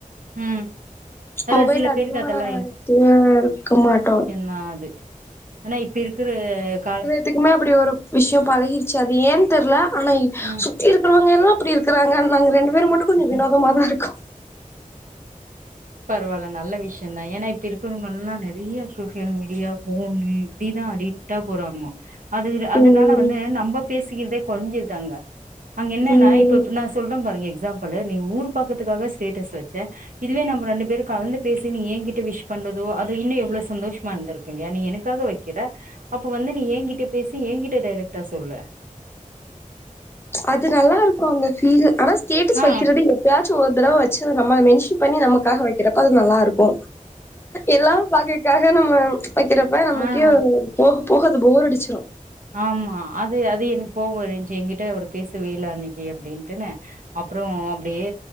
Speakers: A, on the right; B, on the left.
A: ம் அதா
B: மொபைல்
A: சில
B: அதிகமா
A: பேருக்கு அதெல்லா
B: தூங்க வைக்க மாட்டோ
A: நா அது ஆனா இப்ப இருக்குற கால
B: இதுக்குமே அப்படி ஒரு விஷ்யோ பழகிருச்சு அது ஏன் தெரில ஆனா இ
A: ம்
B: சுத்தி இருக்கிறவுங்க எல்லா அப்டி இருக்கிறாங்க நாங்க ரெண்டு பேர் மட்டு
A: ம்
B: கொஞ்சோ வினோதமா தா இருக்கோ
A: பரவால்ல நல்ல விஷ்யந்தா ஏன்னா இப்ப இருக்றவ்கெல்லா நெறைய சோசியல் மீடியா ஃபோனு அப்டிதா அடிக்டா போறாங்க அது அதனால
B: ம்
A: வந்து நம்ப பேசிக்கிறதே கொறஞ்சிருது அங்க அங்க என்னன்னா
B: ம்
A: இப்ப நா சொல்ற பாருங்க எக்ஸாம்பிள்ளு நீ ஊர் பாக்கதுக்காக ஸ்டேட்டஸ் வச்ச இதுவே நம்ம ரெண்டு பேரு கலந்து பேசி நீ ஏங்கிட்ட விஷ் பண்றதோ அது இன்னு எவ்ளோ சந்தோஷமா இருந்துருக் கு இல்லயா நீ எனக்காக வைக்கிற அப்போ வந்து நீ ஏங்கிட்ட பேசி எங்கிட்ட டேரக்டா சொல்லு
B: அது நல்லா இருக்கு அந்த ஃபீல் ஆனா ஸ்டேட்டஸ்
A: ஆ
B: வைக்கிறது எப் பயாச்சு ஒரு தடவ வச்சு நம்மள மென்ஷன் பண்ணி நமக்காக வைக்கிறப்ப அது நல்லா இருக்கு எல்லாரு பாக்ககாக நம்ம வெக்கிறப்ப நமக்கே
A: ஆ ஆ
B: போக போக அது போர் அடிச்சிரு
A: ஆமா அது அது எனக்கு கோவோ இருன்ச்சு என்கிட்ட அவர் பேசவேல அன்னைக்கு அப்டின்ட்டுன்னு அப்றோ அப்டியே